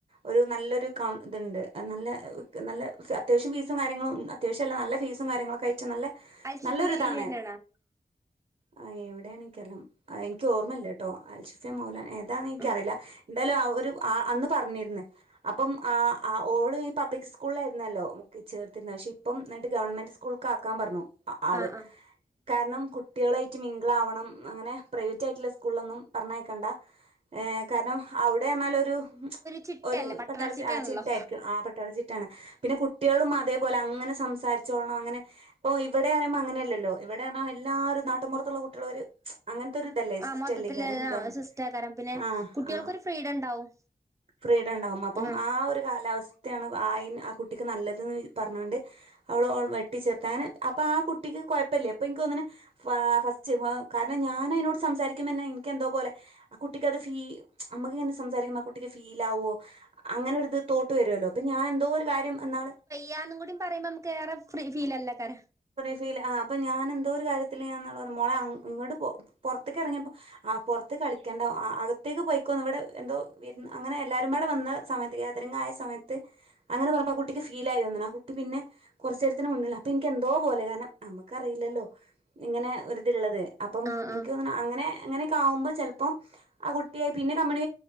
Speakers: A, on the right; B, on the right.
A: ഒരു നല്ലരു കൗ ഇത്ണ്ട് നല്ല നല്ല അത്യാവശ്യം ഫീസും കാര്യങ്ങളും അത്യാവശ്യല്ല നല്ല ഫീസും കാര്യങ്ങളൊക്കെ ആയിട്ട് നല്ല
B: അൽശിഫെന്റെ
A: നല്ലൊരിതാണ്
B: കീഴിലെന്നാണോ?
A: ആ എവിടെയാണ് കെലം അ ഇൻക് ഓർമല്ല ട്ടോ അൽഷിഫെ മൗല ഏ അതാണ് ഇൻക്റിയില്ല
B: ഉം
A: എന്തായാലും ആ ഒരു ആ അന്ന് പറഞ്ഞിര്ന്ന് അപ്പം ആ അ ഓള് പബ്ലിക് സ്കൂൾളായിരുന്നല്ലോ മുക്ക്ചേർ തിര് ശേ പ്പം ന്നട്ട് ഗവൺമെൻറ് സ്കൂൾക്കാക്കാം പർഞ്ഞു ആള്
B: ആഹ് ആഹ്
A: കാരണം കു കുട്ടിളായിട്ട് മിംഗ്ളാവണം അങ്ങനെ പ്രൈവറ്റ് ആയിട്ട്ള്ള സ്കൂൾലൊന്നും പറഞ്ഞയക്കണ്ട ഏ കാര്ണം അവ്ടെർഞ്ഞാൽ ഒരു ഉം
B: ചിട്ടയല്ലേ
A: ഒരു
B: പട്ടള
A: പട്ടാളച്
B: ചിട്ടയാണല്ലോ
A: ആ ചിട്ടായിരിക്കും ആ പട്ടാള ചി റ്റാണ് പിന്നെ കുട്ട്യേളും മതേ പോലെ അങ്ങനെ സംസാരിച്ചോൾണം അങ്ങനെ ഇപ്പൊ ഇവിടെ പറിയുമ്പോ അങ്ങനെയല്ലല്ലോ ഇവിടെ അർഞ എല്ലാരും നാട്ടുംപൊർത്തുള്ള കുട്ട്യളും ഒരു അങ്ങൻത്തെ ഒരു ഇതല്ലേ
B: ആഹ്
A: സിസ്റ്റല്ലീകാരം
B: മൊത്തത്തില് ആഹ്
A: ഗവൺ
B: സിസ്റ്റാക്കാരം പിന്നെ
A: ആ
B: കുട്ടികൾക്കൊരു
A: ആ
B: ഫ്രീഡം ഉണ്ടാവും
A: ഫ്രീഡം ണ്ടാവും അപ്പം
B: ആഹ്
A: ആ ഒരു കാലാവസ് റ്റാപ് ണ് ആയിന് ആ കുട്ടിക്ക് നല്ലത് ന്ന് വി പറഞ്ഞണ്ട് അവിടെ വെട്ടിച്ചേർത്ത് അങ്ങനെ അപ്പൊ ആ കുട്ടിക്ക് കുഴപ്പമില്ല ഇപ്പൊ എനിക്ക് തോന്നണു ഫസ്റ്റ് കാരണം ഞാൻ അതിനോട് സംസാരിക്കുമ്പോന്നെ എനിക്ക് എന്തോ പോലെ ആ കുട്ടിക്ക്ത് ഫീൽ നമ്മക്ക് ഇങ്ങെ സംസാരിക്കുമ്പോ ആ കുട്ടിക്ക് ഫീൽ ആകുമോ അങ്ങനെ അത് തോട്ട് വരുമല്ലോ അപ്പൊ ഞാൻ എന്തോ ഒരു കാര്യം എന്നാ
B: ഞാനും കൂടി പറയുമ്പോ നമുക്ക് വേറെ ഫ്രീ ഫീൽലല്ലേ കാര
A: ഫീലാ അഹ് അപ്പൊ ഞാൻ എന്തോ ഒരു കാര്യത്തില് ഞാൻ പറഞ്ഞ മോളെ ഇങ്ങോട്ട പുറത്തേക്ക് ഇറങ്ങിയപ്പോ ആ പുറത്ത് കളിക്കേണ്ട അകത്തേക്ക് പോയിക്കോ ഇവിടെ എന്തോ അങ്ങനെ എല്ലാവരും ഇവിടെ വന്ന സമയത്ത് ഗേതറിംഗങ് ആയ സമയത്ത് അങ്ങനെ പറഞ്ഞപ്പോ ആ കുട്ടിക്ക് ഫീൽ ആയിന്നോ ആ കുട്ടി പിന്നെ കുറച്ച നേരത്തിന് മണ്ടില്ല അപ്പോൾ എനിക്ക് എന്തോ പോല കാനം ആുമ്പക്ക് അറിയില്ലല്ലോ ഇങ്ങനെ ഒരിതള്ളത് അപ്പം
B: ആഹ്
A: എനിക്ക്
B: ആഹ്
A: തോന്ന് നെ അങ്ങനെങ്ങനെ കാവ്പ ചിലപ്പോം ആ കുട്ടിയെ പിന്നെ കമ്മണ